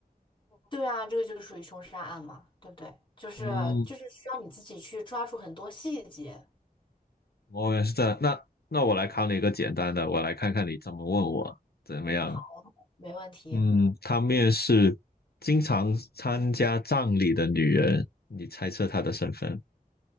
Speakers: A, on the left; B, on the left.
A: 对啊，这个就是属于凶杀案嘛，对不对？就是就是需要你自己去抓住很多细节。
B: 嗯，我也是这样。那那我来考你一个简单的，我来看看你怎么问我怎么样。
A: 好，没问题。
B: 嗯，他面试经常参加葬礼的女人，你猜测她的身份？